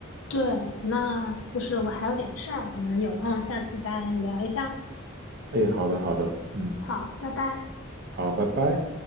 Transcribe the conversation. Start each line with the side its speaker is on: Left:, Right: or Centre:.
Left: 对，那就是我还有点事儿，我们有空下次再聊一下。
Right: 哎，好的，好的，嗯，
Left: 好，拜拜。
Right: 好，拜拜。